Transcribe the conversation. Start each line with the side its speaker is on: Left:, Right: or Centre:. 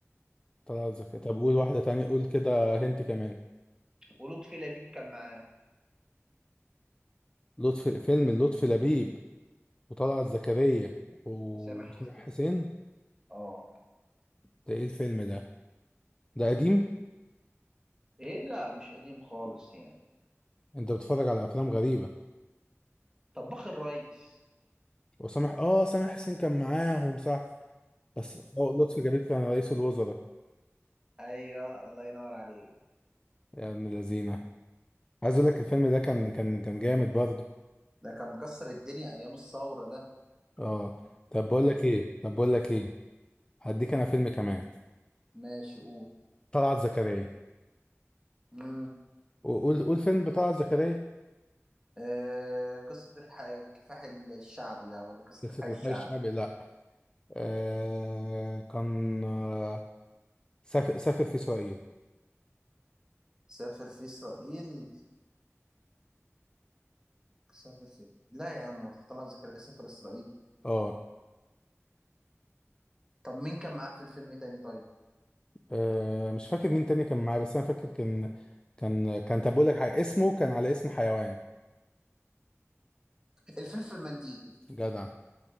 Left: طلعت زكريا طب قول واحدة تانية قول كده هنت كمان
Right: ولطفي لبيب كان معاهم
Left: لطفي فيلم لطفي لبيب وطلعت زكريا وسامح
Right: وسامح حسين
Left: حسين
Right: اه
Left: ده ايه الفيلم ده ده قديم
Right: ايه لا مش قديم خالص يعني
Left: انت بتتفرج على افلام غريبة
Right: طباخ الريس
Left: وسامح اه سامح حسين كان معاهم صح بس اه لطفي جبيب كان رئيس الوزراء
Right: ايوه الله ينور عليك
Left: يا ابن الذين عايز اقول لك الفيلم ده كان كان كان جامد برضه
Right: ده كان مكسر الدنيا ايام الثوره ده
Left: اه طب بقول
Right: ما كان
Left: لك ايه طب بقول لك ايه هديك انا فيلم كمان
Right: ماشي قول
Left: طلعت زكريا
Right: مم.
Left: وقول قول فيلم بطلعت زكريا
Right: آه قصة الحي... الكفاح الشعبي ده ولا قصة
Left: قصة
Right: الحي الشعبي
Left: الحي الشعبي لا آه كان آه سافر سافر في اسرائيل
Right: سافر في إسرائيل سافر في لا يا عم طلعت زكريا سافر إسرائيل
Left: اه
Right: طب مين كان معاه في الفيلم تاني طيب
Left: آه، مش فاكر مين تاني كان معايا بس انا فاكر كان كان كان طب بقول لك حاجه اسمه كان على اسم حيوان
Right: الفلفل منديل
Left: جدع